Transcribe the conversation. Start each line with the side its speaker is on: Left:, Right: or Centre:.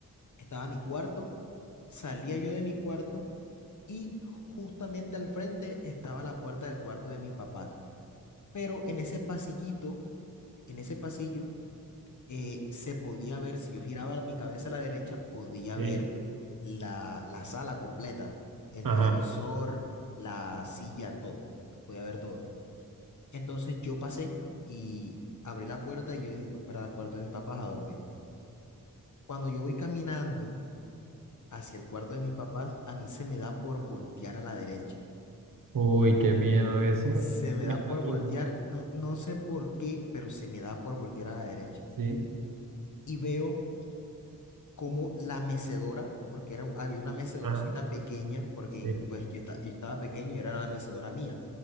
Left: estaba mi cuarto, salía yo de mi cuarto y justamente al frente estaba la puerta del cuarto de mis papás. Pero en ese pasillito, en ese pasillo, eh, se podía ver, si yo giraba mi cabeza a la derecha, podía
Right: Sí.
Left: ver la, la sala completa, el
Right: Ajá.
Left: televisor, la silla, todo. Podía ver todo. Entonces yo pasé y abrí la puerta y yo dije, voy para el cuarto de mis papás a dormir. Cuando yo voy caminando, hacia el cuarto de mis papás, a mí se me da por voltear a la derecha.
Right: Uy, qué miedo eso.
Left: Se me
Right: Me
Left: da
Right: imagino.
Left: por voltear, no, no sé por qué, pero se me da por voltear a la derecha.
Right: Sí,
Left: Y veo como la mecedora, porque era, había una mecedorcita
Right: ajá,
Left: pequeña, porque
Right: sí,
Left: en- pues yo, esta- yo estaba pequeño y era la mecedora mía.